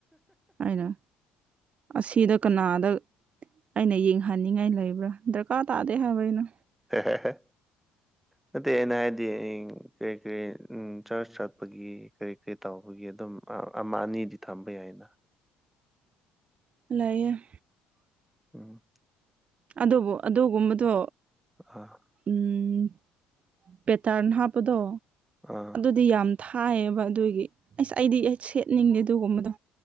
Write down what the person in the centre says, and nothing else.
ꯍꯦ ꯍꯦ <unintelligible> ꯅꯠꯇꯦ ꯑꯩꯅ ꯍꯥꯏꯗꯤ ꯀꯔꯤ ꯀꯔꯤ ꯎꯝ ꯆꯥꯔꯆ ꯆꯠꯄꯒꯤ ꯀꯔꯤ ꯀꯔꯤ ꯇꯧꯕꯒꯤ ꯑꯗꯨꯝ ꯑꯃ ꯑꯅꯤꯗꯤ ꯊꯝꯕ ꯌꯥꯏꯅ
ꯎꯝ
ꯑꯥ
ꯑꯥ